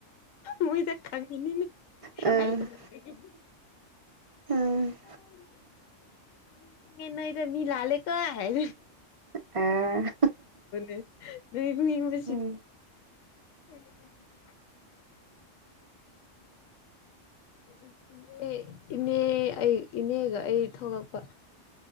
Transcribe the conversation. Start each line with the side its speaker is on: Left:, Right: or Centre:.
Left: ꯃꯣꯏꯗ ꯈꯪꯉꯤꯅꯤꯅꯦ
Right: ꯑ
Left: ꯑꯩ ꯎꯕꯒꯤ꯫
Right: ꯎꯝ
Left: <inaudible> ꯅꯣꯏꯗ ꯃꯤ ꯂꯥꯂꯦꯀꯣ ꯍꯥꯏ
Right: ꯑ
Left: <unintelligible> <unintelligible>
Right: ꯎꯝ
Left: <unintelligible> <inaudible> ꯏ ꯏꯅꯦ ꯑꯩ ꯏꯅꯦꯒ ꯑꯩ ꯊꯣꯛꯂꯛꯄ